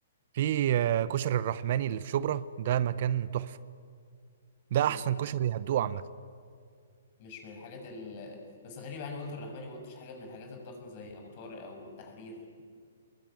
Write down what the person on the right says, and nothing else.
في آه، كشري الرحماني اللي في شبرا ده مكان تحفه
ده احسن كشري هتدوقه عامه